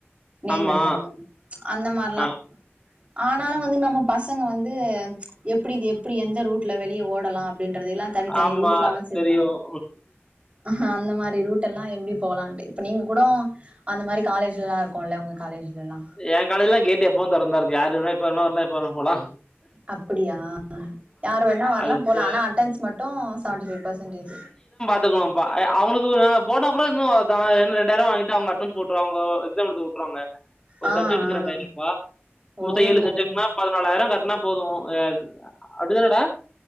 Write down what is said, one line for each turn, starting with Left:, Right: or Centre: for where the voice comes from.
Right: நேம்
Left: ஆமா.
Right: எழுதணு அந்த மாரிலா
Left: ஆ.
Right: ஆனாலு வந்து நம்ம பசங்க வந்து எப்டி எப்டி எந்த ரூட் ட்ல வெளிய ஓடலா அப்டின்றத எல்லா தனித்தனி
Left: ஆமா,
Right: ரூட் எல்லா வச்சிருப்பாங்க
Left: தெரியும்.
Right: ஆ அந்த மாறி ரூட் எல்லா எப்டி போலான்ட்டு இப்ப நீங்க கூடோ அந்த மாரி காலேஜ்ல எல்லா இருக்குல்ல உங்க காலேஜில எல்லா
Left: ஏ காலேஜ்ல கேட்டு எப்போவு தோறந்துதா இருக்கு யாருவேனா எப்ப வேணா வரலா எப்ப வேணா போலா
Right: அப்டியா யாரு வேணா வரலா
Left: அது
Right: போலா
Left: தெ
Right: ஆனா அட்டன்ஸ் மட்டு செவன்ட்டி ஃபைவ் பர்சன்ட்டேஜ்
Left: <unintelligible> ஐ அவங்களுக்கு நாங்க போனா கூட இன்னு அதுதா எண் ரெண்டாயிர ரூபாவாங்கிட்டு அவங்க அட்டனன்ஸ் போட்டு அவங்கோ எக்ஸாம் எழுத உட்டுருவாங்க ஒரு
Right: ஆ
Left: சப்ஜெக்டுக்கு
Right: ஆ
Left: ரெண்டாயிர ரூபா
Right: ஓ ஓ.
Left: மொத்த ஏழு சப்ஜெக்ட்னா பதினாலாயரோ கட்னா போது எல்லா அப்டிதானடா